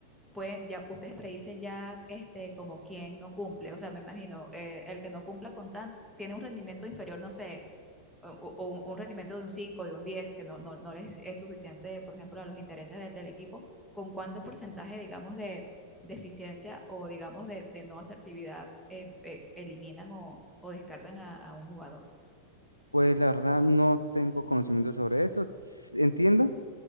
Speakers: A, in the centre; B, on the left.
A: pues ya ustedes predicen ya este, como quién no cumple. O sea, me imagino, eh, el que no cumpla con tan, tiene un rendimiento inferior, no sé, o, o- o un un rendimiento de un 5 de un 10 que no, no, no les es suficiente, por ejemplo, a los intereses del, del equipo, ¿con cuánto porcentaje, digamos, de deficiencia o, digamos, de, de no asertividad eh, eh, eliminan o, o descartan a, a un jugador?
B: Pues la verdad no tengo conocimiento sobre eso. S- Entiendo